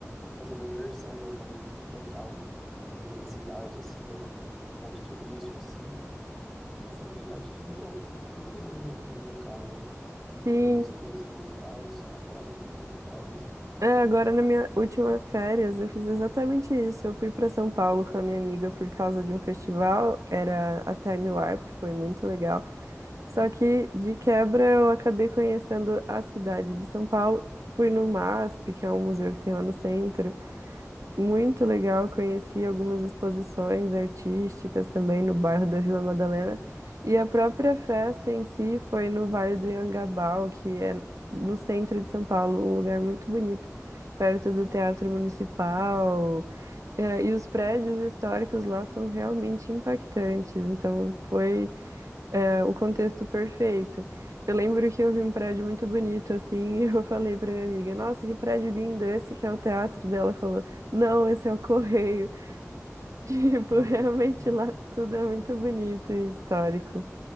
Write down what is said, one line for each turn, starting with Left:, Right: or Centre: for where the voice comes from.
Centre: fazer uma imersão em algum local, uma grande cidade, assim, né? Um ponto turístico, assim, e frequentar de tudo um pouco que, que tem ali naquele local, né?
Right: Sim,
Centre: É, museus, né, tal, é uma parada muito da hora. isso.
Right: É, agora na minha última férias eu fiz exatamente isso. Eu fui para São Paulo com a minha amiga por causa de um festival, era a Time Warp, foi muito legal. Só que de quebra eu acabei conhecendo a cidade de São Paulo. Fui no MASP, que é um museu que tem lá no centro. Muito legal, conheci algumas exposições artísticas também no bairro da Vila Madalena. E a própria festa em si foi no Vale do Anhangabaú, que é no centro de São Paulo, um lugar muito bonito, perto do Teatro Municipal. É, e os prédios históricos lá são realmente impactantes. Então foi é o contexto perfeito. Eu lembro que eu vi um prédio muito bonito assim, <laughs> e eu falei pra minha amiga: "Nossa, que prédio lindo, esse que é o teatro dela". Ela falou: "Não, esse é o Correio". <laughs> Tipo,
Centre: Nossa,
Right: realmente
Centre: hum,
Right: lá tudo é muito bonito e histórico.